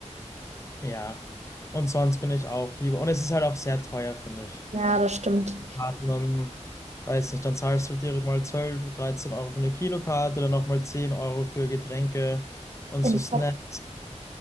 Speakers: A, on the left; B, on the right.
A: Ja. Und sonst bin ich auch lieber. Und es ist halt auch sehr teuer, finde ich.
B: Ja, das stimmt.
A: Karten, weiß nicht, dann zahlst du direkt mal 12, 13 Euro für eine Kinokarte, dann nochmal 10 Euro für Getränke und
B: Und,
A: so Snacks.
B: Pop.